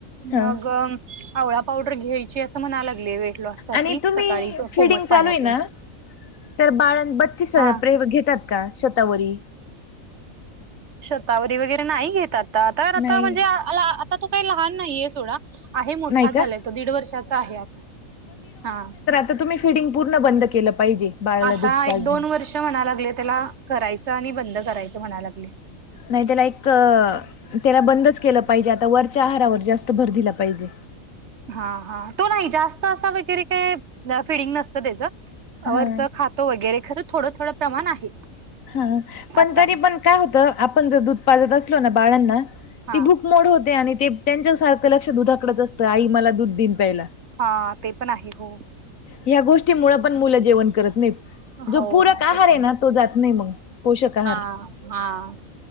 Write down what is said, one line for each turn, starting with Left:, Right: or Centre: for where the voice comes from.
Left: हा
Right: मग आवळा पावडर घ्यायची असं म्हणा लागली वेट लॉस साठी
Left: आणि तुम्ही
Right: सकाळी
Left: फिडिंग
Right: कोमट
Left: चालू
Right: पाण्यातून
Left: आहे ना तर बाळण बत्तीस
Right: हा
Left: प्रे घेतात का शतावरी
Right: शतावरी वगैरे नाही घेतात आता आता
Left: नाही
Right: म्हणजे आता तो काही लहान नाहीये सोडा आहे मोठा
Left: नाही का
Right: झालाय तो दीड वर्षाचा आहे आता हा
Left: आ तुम्ही फिडिंग पूर्ण बंद केलं पाहिजे बाळाला
Right: आता
Left: दूध पाजणं.
Right: एक दोन वर्ष म्हणा लागले त्याला करायचं आणि बंद करायचं म्हणा लागले
Left: नाही ते लाईक त्याला बंदच केलं पाहिजे आता वरच्या आहारावर जास्त भर दिला पाहिजे
Right: हा हा तो नाही जास्त असा वगैरे काही फिडिंग नसत त्याच
Left: हा
Right: वरचं खात तो वगैरे खरं थोडं थोडं प्रमाण आहे
Left: हा पण
Right: असं
Left: तरी
Right: आहे
Left: पण काय होत? आपण जर दूध पाजत असलो ना बाळांना
Right: हा
Left: ती भुक भूक मोड होते आणि ते त्यांच्या सारखं लक्ष दुधाकडच असतं, आई मला दूध दिन प्यायला
Right: हा ते पण आहे. हो.
Left: या गोष्टीमुळ पण मुलं जेवण करत नाहीत. जो
Right: हो
Left: पूरक आहार
Right: ते पण
Left: आहे ना. तो जात नाही मग. पोषक आहार.
Right: हा हा हा हा.